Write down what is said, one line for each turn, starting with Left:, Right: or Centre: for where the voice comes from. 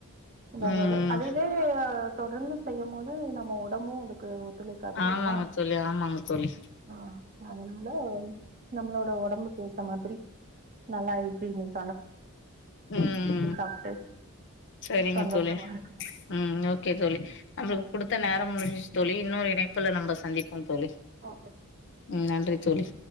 Right: இதாகாது
Left: ம் ம்
Right: அதேதே அ தொடர்ந்து செய்யும்போது அது நம்ம உடம்பு அதுக்கு ஒத்துழைக்காது இல்லைங்களா
Left: ஆமாங்க தோழி ஆமாங்க தோழி
Right: ஆ அதனால நம் நம்மோட உடம்பு ஏத்த மாதிரி நல்லா இருக்குனு
Left: ம் ம்
Right: சாப்ட்டு
Left: செரிங்க
Right: சந்தோஷமா
Left: தோழி
Right: இருக்கணு
Left: ம் ஓகே தோழி நம்மளுக்கு
Right: ஓகே
Left: குடுத்த
Right: சார்
Left: நேரம் முடிஞ்சுச்சு தோழி இன்னொரு இனைப்புல நம்ம சந்திப் ஆ தோழி
Right: ஓகே
Left: ம் நன்றி தோழி